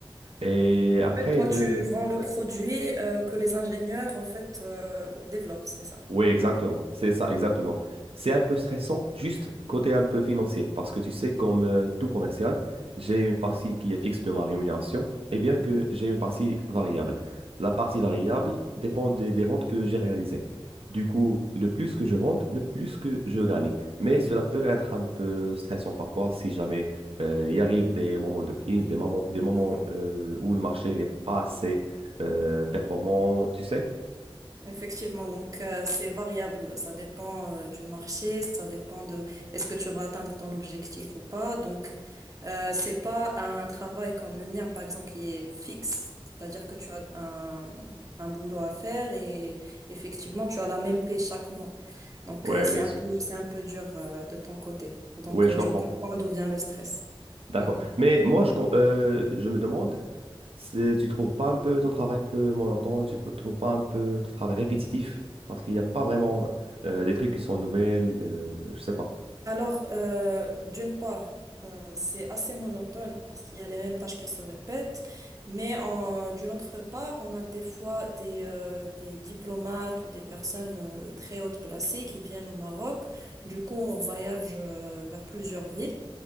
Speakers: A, on the right (about 80°); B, on the right (about 35°).
A: et
B: En
A: après
B: fait, toi,
A: de...
B: tu vends le
A: Oui,
B: produit euh, que les ingénieurs, en fait, euh, développent, c'est ça?
A: Oui,
B: <laughs>
A: exactement. C'est ça, exactement. C'est un peu stressant, juste côté un peu financier, parce que tu sais, comme euh, tout commercial, j'ai une partie qui est fixe de ma rémunération, et bien que
B: Mhm.
A: j'ai une partie variable. La partie variable dépend des, des ventes que j'ai réalisées. Du coup, le plus que je vende, le plus que je gagne. Mais cela peut être un peu stressant parfois si jamais euh, il arrive des moments de crise, des moments, des moments
B: Mhm.
A: euh, où le marché n'est pas assez euh, performant, tu sais.
B: Effectivement, donc euh, c'est variable, ça dépend euh, du marché, ça dépend de est-ce que tu vas atteindre ton objectif ou pas. Donc euh, c'est pas un travail comme le mien par exemple qui est fixe, c'est-à-dire que tu as un, un boulot à faire et effectivement tu as la même paie chaque mois. Donc
A: Ouais,
B: euh, c'est
A: bien
B: un
A: sûr.
B: peu c'est un peu dur euh, de ton côté. Donc
A: Oui, je
B: euh,
A: comprends.
B: je comprends d'où vient le stress.
A: D'accord.
B: Mhm.
A: Mais moi, je, com- euh, je me demande si tu trouves pas un peu ton travail un peu monotone, tu ne trouves pas un peu ton travail répétitif, parce qu'il n'y a pas vraiment euh, des trucs qui sont nouvelles, euh, je sais pas.
B: Alors, euh, d'une part, euh, c'est assez monotone parce qu'il y a les mêmes tâches qui se répètent, mais en- d'une autre part, on a des fois des, euh, des diplomates ou des personnes euh, très hautes placées qui viennent au Maroc. Du coup, on voyage euh, vers plusieurs villes.